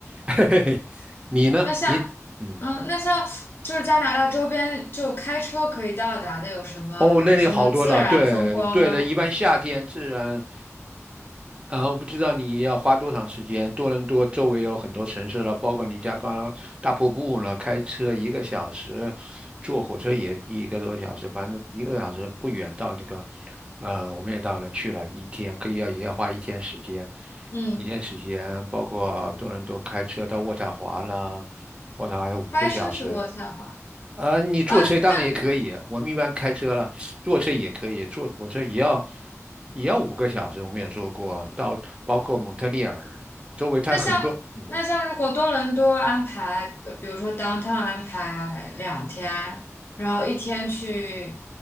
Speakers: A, on the right; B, on the left.
A: <laughs> 嘿嘿嘿，你呢？
B: 那像
A: 你嗯。
B: 嗯那像就是加拿大周边就开车可以到达的有什么什么自然风光吗？
A: 哦，那里好多了，对对的，一般夏天自然，啊、我不知道你要花多长时间。多伦多周围有很多城市了，包括尼加拉大瀑布了，开车一个小时，坐火车也一个多小时，反正一个多小时不远到这个，呃，我们也到了去了一天，可以要也要花一天时间，
B: 嗯，
A: 一天时间，包括多伦多开车到渥太华啦，渥太华有五个小时，
B: 开车去渥太华
A: 呃，你坐车当然也可以，
B: 啊？那
A: 我们一般开车了，坐车也可以，坐火车也要也要五个小时，我们也坐过，到包括蒙特利尔周围，它很多，
B: 那像
A: 嗯，
B: 那像如果多伦多安排，呃比如说 downtown 安排两天，然后一天去